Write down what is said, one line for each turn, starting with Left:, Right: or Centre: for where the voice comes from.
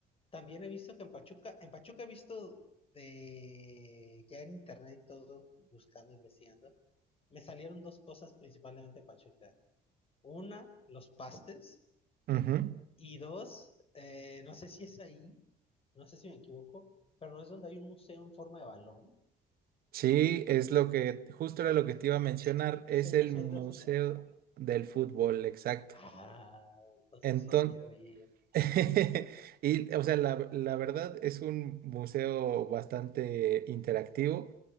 Left: También he visto que en Pachuca, en Pachuca he visto de ya en internet y todo, buscando, investigando. Me salieron dos cosas principalmente de Pachuca. Una, los pastes.
Right: Ujú.
Left: Y dos, eh, no sé si es ahí. no sé si me equivoco, pero no es donde hay un museo en forma de balón.
Right: Sí, es lo que, justo era lo que te
Left: Es,
Right: iba a mencionar,
Left: es
Right: es
Left: el
Right: el
Left: museo
Right: Museo
Left: de fútbol, ¿no?
Right: del Fútbol, exacto.
Left: Ah, entonces
Right: Enton
Left: sí quiero ir.
Right: <laughs> Y, o sea, la, la verdad es un museo bastante interactivo